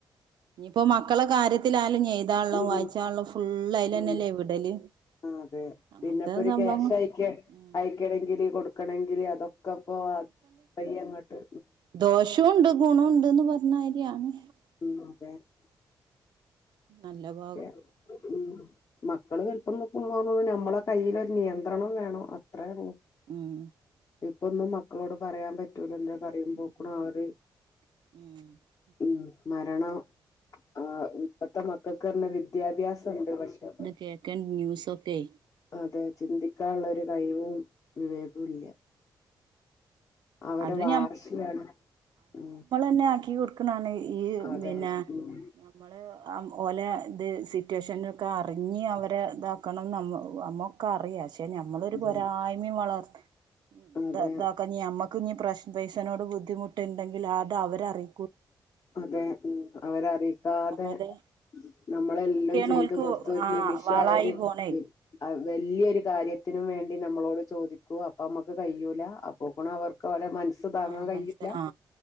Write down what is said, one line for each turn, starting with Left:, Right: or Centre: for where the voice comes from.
Right: ഇനീപ്പോ മക്കള കാര്യത്തിലാലും എയ്താള്ളോം
Left: ഉം
Right: വായിച്ചാള്ളോ ഫുള്ള് ഐലന്നല്ലേ
Left: ഉം
Right: വിടല്?
Left: ആ അതെ
Right: അങ്ങനത്തെ
Left: പിന്നെ ഇപ്പോ ഒരു
Right: സംഭവം
Left: കാശ് അയ്ക്ക
Right: ഉം
Left: അയ്ക്കണെങ്കില് കൊടുക്കണെങ്കില് അതൊ ക്കപ്പോ കയ്യങ്ങട്ട്?
Right: ദോഷൊണ്ട് ഗുണണ്ട്ന്ന് പർഞ്ഞാരിയാണ്.
Left: ഉം അതെ
Right: നല്ലവ
Left: ക്കെ ഉം മക്കള് വൽപ്പം വെക്കുമ്പോ പിന്നെ നമ്മളെ കയ്യിലോര് നിയന്ത്രണം വേണം അ ത്രേള്ളു
Right: ഉം
Left: ഇപ്പൊന്നു മക്കളോട് പറയാൻ പറ്റൂലല്ലോ പറയുമ്പോക്ക്ണ്
Right: ഉം
Left: അവര്
Right: ഉം
Left: ഉം മരണം ആ ഇപ്പത്തെ മ ഇന്ന് വിദ്യാഭ്യാസൊണ്ട് പക്ഷേ
Right: കേക്കൻ ന്യൂസൊക്കെ
Left: അതെ ചിന്തിക്കാനോള്ളോര് കയിവും വിവേകു ല്ല്യ. അവടെ
Right: അതും
Left: വാർശികാണ് ഉം
Right: ന്നെ ആക്കി കൊടുക്കണാണ് ഈ
Left: അതെ
Right: പിന്നെ
Left: ഉം
Right: നമ്മള് ആം ഓലെ ഇത് സിറ്റുവേഷനൊക്കെ അറിഞ് അവരെ ഇതാക്കണം നമ് നമ്മോ ക്കറിയ ഷെ ഞമ്മളൊരു
Left: അതെ
Right: പൊരായ്മേം വളർ
Left: അതെ
Right: ത താക്ക നീ ഞമ്മക്ക് ഞ്ഞി പ്രശ് പൈസനോട് ബുദ്ധിമുട്ട്ണ്ടെങ്കിൽ അത് അവരറി
Left: അതെ ഉം അവര അറീക്കാതെ
Right: അതെ
Left: നമ്മളെല്ലും
Right: ഒക്കെയാണ്
Left: ചെയ്ത്
Right: ഓൽക്ക്
Left: കൊടുത്തൊരു
Right: ആ
Left: നിമിഷം
Right: വാളായി
Left: അവര്
Right: പോണേ
Left: അഹ് വെല്ല്യൊര് കാര്യത്തിനും വേണ്ടി നമ്മളോട് ചോദി ക്കു അപ്പൊ അമ്മക്ക് കയ്യുല അപ്പൊക്ക്ണ് അവർക്ക് അവലെ മനസ് താങ്ങാ
Right: ആ
Left: കയ്യുല
Right: മനസ്സില ആ